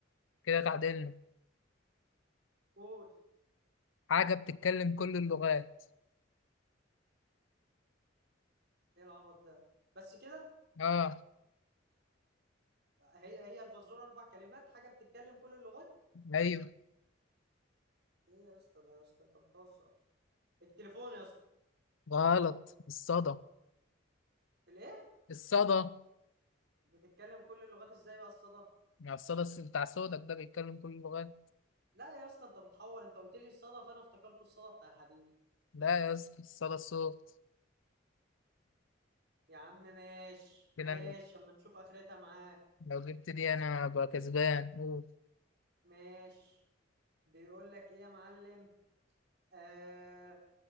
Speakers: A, on the left; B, on the right.
A: كده تعادلنا
B: قول
A: حاجة بتتكلم كل اللغات
B: ايه العبط ده بس كده
A: اه
B: هي هي الفزوره اربع كلمات حاجه بتتكلم كل اللغات
A: ايوه
B: ايه يا اسطى ده يا اسطى انت بتهزر التليفون يا اسطى
A: غلط الصدى
B: الايه
A: الصدى
B: بتتكلم كل اللغات ازاي بقى الصدى
A: يعني الصدى الس- بتاع صوتك ده بيتكلم كل اللغات
B: لا يا اسطى انت بتحور انت قلت لي الصدى فانا افتكرته الصدى بتاع الحديد
A: لا يا اسطى الصدى الصوت
B: يا عم ماشي ماشي
A: كده أنا
B: اما نشوف اخرتها معاك
A: لو جبت دي انا ابقى كسبان قول.
B: ماشي بيقول لك ايه يا معلم آه